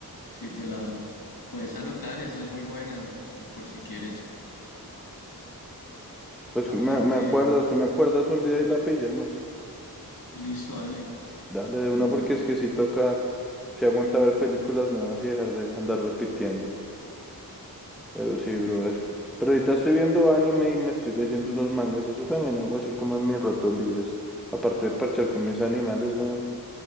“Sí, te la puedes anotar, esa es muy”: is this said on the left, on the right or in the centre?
Left